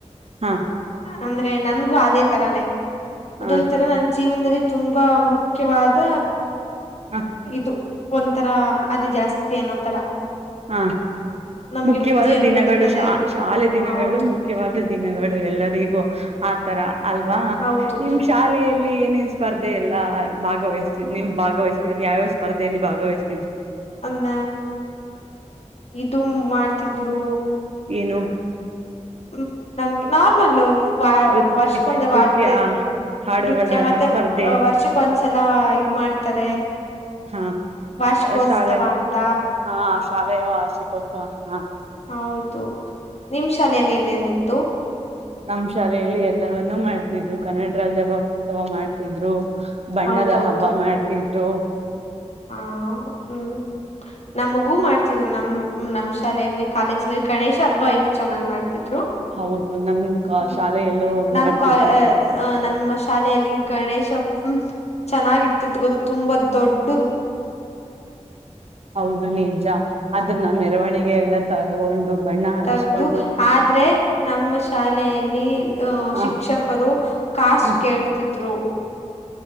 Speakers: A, on the right; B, on the left.
A: ಹಾ
B: ಅಂದ್ರೆ ನನ್ಗೂ ಅದೇ ತರಾನೇ ಅದೊಂದು
A: ಹಾ
B: ತರ ನನ್ ಜೀವನದಲ್ಲಿ ತುಂಬಾ ಮುಖ್ಯವಾದ
A: ಹ
B: ಇದು ಒಂಥರ ಅದು ಜಾಸ್ತಿ ಅಏನ್ನೋ ತರ
A: ಹಾ
B: ನಮ್ಗೆ
A: ಮುಖ್ಯವಾದ
B: ವಿದ್ಯೆಯನ್ನು
A: ದಿನಗಳು
B: ನೀಡುತ್ತದೆ
A: ಶಾ ಶಾಲೆ ದಿನಗಳು
B: ಹೌದು
A: ಮುಖ್ಯವಾದ ದಿನಗಳು ಎಲ್ಲರಿಗೂ ಆತರ ಅಲ್ವಾ
B: ಹೌದು
A: ನಿಮ ಶಾಲೆ ನಿನ್ ಸ್ಪರ್ಧೆ ಎಲ್ಲಾ ಭಾಗವಹಿಸ್ತ ನೀ್ ಭಾಗವಹ್ತಿದ್ರ ಯಾವ್ಯಾವ ಸ್ಪರ್ಧೆಯಲ್ಲಿ ಭಾಗವಹಿಸ್ತ
B: ನಂಗೆ ಇದದು ಮಾಡ್ತಿದ್ರು
A: ಏನು
B: ಹ್ಮ ನಮ್ಗೆ ನಾರ್ಮಲ್ ವ
A: ನೃತ್ಯ
B: ವರ್ಷಕ್ಕೊಂದು
A: ನೃತ್ಯ
B: ವಾರ್ತೆ
A: ಹಾಡುಗಳ
B: ನೃತ್ಯ ಮತ್ತೆ
A: ಸ್ಪರ್ಧೆ
B: ವರ್ಷಕ್ಕ ಒಂದ್ಸಲ ಇದ ಮಾಡ್ತಾರೆ
A: ಹಾ
B: ವಾರ್ಷಿಕೋತ್ಸವ
A: ಶಾಲೆ
B: ಅಂತ
A: ಹಾ ಶಾಲೆಯ ವಾರ್ಷಿಕೋತ್ಸವ ಹಾ
B: ಹೌದು ನಿಮ ಶಾಲೆಯಲ್ಲಿ ಏನೇನಿತ್ತು
A: ನಮ್ಮ್ ಶಾಲೆಯಲ್ಲಿ ಎಲ್ಲವವನ್ನುೂ ಮಾಡ್ತಿದ್ರು ಕನ್ನಡ ರಾಜ್ಯ ಮಹೋತ್ಸವ ಮಾಡ್ತಿದ್ರು ಬಣ್ಣದ
B: ಹೌದೌದು
A: ಹಬ್ಬ ಮಾಡ್ತಿದ್ರು
B: ಹಾ ಹ್ಮ್ ನಮ್ಮಗೂ ಮಾಡ್ತಿದ್ರು ನಮ ನಮ್ ಶಾಲೆಯಲ್ಲಿ ಕಾಲೇಜ್ಲ್ಲಿ ಗಣೇಶ ಹಬ್ಬ ಇನ್ನುೂ ಚೆನ್ನಾಗ್ ಮಾಡ್ತಿದ್ರು
A: ಹೌದು ನಮ್ ಕ-
B: ್ಮ
A: ಶಾಲೆಯಲ್ಲೂ
B: ನಮ್
A: ಮಾಡ್ತಿದ್ರು
B: ಕ
A: ಕಣ್
B: ನಮ್ಮ ಶಾಲೆಯಲ್ಲಿ ಗಣೇಶ ಹ ಚೆನ್ನಾಗಿರ್ತಿತ್ತು ಗೊತ್ತ ತುಂಬಾ ದೊಡ್ಡ
A: ಹೌದು ನಿಜ ಅದ್ರನ್ನ ಮೆರವಣಿಗೆ ಎಲ್ಲ ತಗೊಂಡು ಬಣ್ಣ ಹಚ್ಕೊಂಡು
B: ತಗ್ದದು ಆದ್ರೆ ನಮ್ಮ ಶಾಲೆಯಲ್ಲಿ ಅಹ
A: ಆ
B: ಶಿಕ್ಷಕರು ಕಾಸ್ಟ್
A: ಹ್ಮ್
B: ಕೇಳ್ತಿದ್ರು